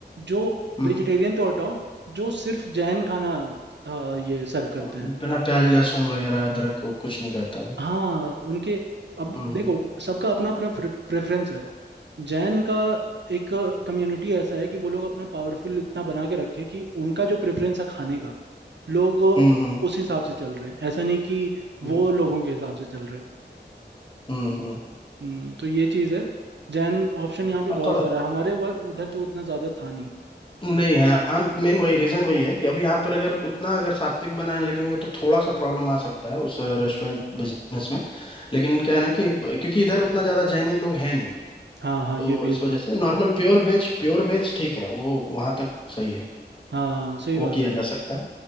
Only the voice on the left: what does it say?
हम्म
हम्म।
बिना प्याज लहसुन वगैरह अदरक को कुछ नहीं रहता हुआ
हम्म
हम्म
हम्म, हम्म।
बिल्कुल
हम्म हम्म
और
थोड़ा
नहीं है हम मेन वही रीजन वही है कि अभी यहाँ पर अगर उतना अगर सात्विक बनाने लगेंगे तो थोड़ा सा प्रॉब्लम आ सकता है उस रेस्टोरेंट बिजनेस में लेकिन क्या है ना कि क्योंकि इधर उतना ज्यादा जैनी लोग हैं नहीं
तो
इस
वजह
से normal pure veg pure veg ठीक है वो वहां तक सही है
वो
किया
जा सकता
है